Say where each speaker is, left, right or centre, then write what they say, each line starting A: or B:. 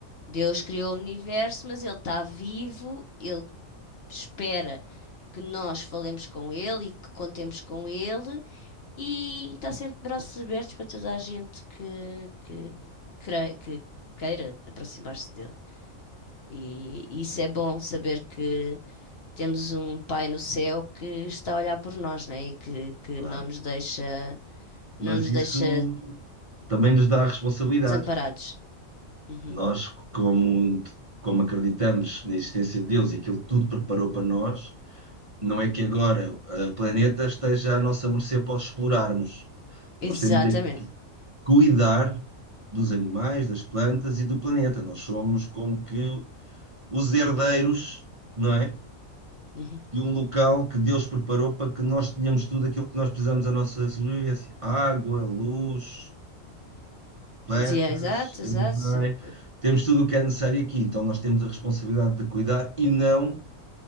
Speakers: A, on the left; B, on the right.
A: Deus criou o universo, mas ele está vivo, ele espera que nós falemos com ele e que contemos com ele e está sempre de braços abertos para toda a gente que, que, cre- que queira aproximar-se dele. E, isso é bom saber que temos um Pai no céu que está a olhar por nós, né? E que, que
B: claro.
A: não nos deixa, não
B: Mas
A: nos
B: isso
A: deixa
B: também nos dá responsabilidades,
A: desamparados. Uhum.
B: Nós, como, como acreditamos na existência de Deus e que Ele tudo preparou para nós, não é que agora eh, o planeta esteja à nossa mercê para os explorarmos. Nós
A: Exatamente.
B: temos é cuidar dos animais, das plantas e do planeta. Nós somos como que os herdeiros, não é?
A: Uhum.
B: De um local que Deus preparou para que nós tenhamos tudo aquilo que nós precisamos à nossa sobrevivência: água, luz, plantas,
A: Dizia, exato,
B: animais,
A: exato,
B: temos tudo o que é necessário aqui. Então nós temos a responsabilidade de cuidar e não